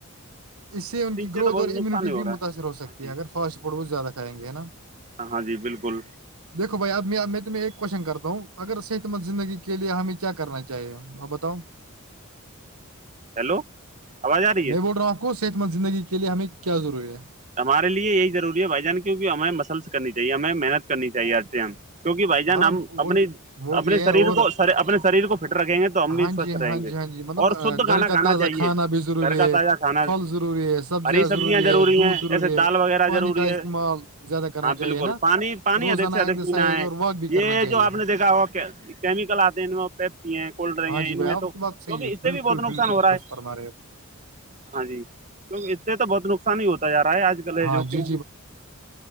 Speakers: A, on the right; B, on the right.
A: اس سے ان
B: ٹھیک
A: کی گروتھ
B: تو بہت
A: اور امیونٹی
B: نقصان ہی
A: بھی
B: رہا
A: متاثر ہو سکتی
B: ہاں جی
A: ہے اگر فاسٹ فوڈ وہ زیادہ کھائیں گے ہے نا
B: ہاں جی بالکل
A: دیکو بھائی اب میں تمہیں ایک کوشچن کرتا ہوں اگر صحت مند زندگی کے لیے ہمیں کیا کرنا چاہیے اپ بتاؤ
B: ہیلو آواز آ رہی ہے
A: میں بول رہا ہوں آپ کو صحت مند زندگی کے لیے ہمیں کیا ضروری ہے
B: ہمارے یہی ضروری ہے بھائی جان کیونکہ ہمیں مسلس کر چاہیے ہمیں محنت کرنی چاہیے ہر م کیوںکہ بھائی جان
A: ہاں
B: ہم اپنی
A: وہ بھی وہ
B: اپنے
A: بھی ہے
B: شریر
A: اور
B: کو اپنے شریر کو فٹ رکھیں گے تو ہم
A: ہاں
B: بھی سوستھ
A: جی
B: رہیں
A: ہاں
B: گے
A: جی ہاں جی مطلب
B: اور
A: آ،
B: شھ
A: گھر
B: کھانا
A: کا
B: کھانا
A: تازہ
B: چاہیے
A: بھی ضروری
B: گھر کا
A: ہے
B: تازہ کھانا
A: پھل ضروری ہے
B: ہری سبزیاں
A: ضروری
B: روری
A: ہے دودھ
B: ہیں
A: ضروری
B: جسے دال
A: ہے
B: وغیرہ
A: پانی
B: ضروری
A: کا
B: ہے
A: استعمال زیادہ کرنا
B: ہاں
A: چاہیے
B: بالکل
A: نا
B: پانی پانی
A: روزانہ
B: ادھک سے ادھک
A: ایکسرسائز
B: پینا ہے
A: اور واک بھی کرنا
B: یہ
A: چاہیے
B: جو آپ نے دیکھا ہو کیمیکل آتے ہیں ان میں پپسی ہیں کولڈ ڈرنک
A: ہاں
B: ہے
A: جی
B: ان
A: بھائی
B: میں
A: آپ
B: تو
A: کی
B: کیکہ
A: بات صحیح ہے
B: اس
A: بالکل
B: سے بھی بہت نقصان
A: بالکل
B: ہو رہا
A: درست
B: ہے
A: فرما رہے
B: ہاں جی کیکہ اس سے تو بہت نقصان ہی ہوتا جا رہا ہے آج کل ہے
A: ہاں
B: جو
A: جی
B: کیوں